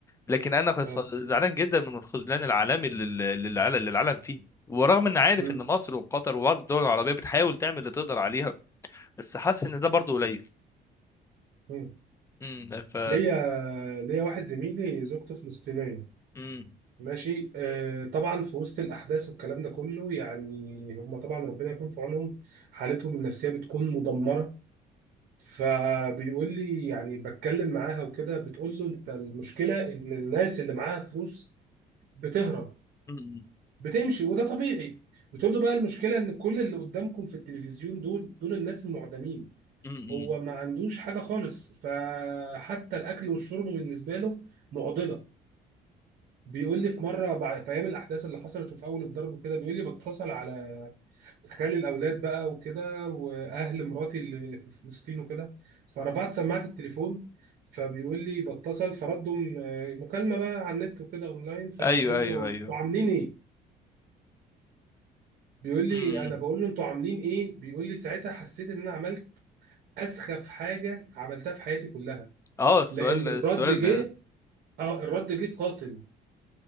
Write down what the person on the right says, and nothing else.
اه
مم.
مم.
ليا ليا واحد زميلي زوجته فلسطينية
ماشي آه طبعا في وسط الأحداث والكلام ده كله يعني هم طبعا ربنا يكون في عونهم حالتهم النفسية بتكون مدمرة فبيقول لي يعني بتكلم معاها وكده بتقول له انت المشكلة ان الناس اللي معاها فلوس بتهرب
بتمشي وده طبيعي بتقول له بقى المشكلة ان كل اللي قدامكم في التلفزيون دول دول الناس المعدمين
هو ما عندوش حاجة خالص فحتى الأكل والشرب بالنسبة له معضلة بيقول لي في مرة بعد في أيام الأحداث اللي حصلت وفي أول الضرب وكده بيقول لي بتصل على خالي الأولاد بقى وكده وأهل مراتي اللي في فلسطين وكده فرفعت سماعة التليفون فبيقول لي بتصل فردوا م- مكالمة بقى على النت وكده أونلاين فبيقول
له
أنتوا عاملين إيه؟ بيقول لي
أنا بقول له أنتوا عاملين إيه؟ بيقول لي ساعتها حسيت إن أنا عملت أسخف حاجة عملتها في حياتي كلها
لان الرد
جه اه الرد جه قاتل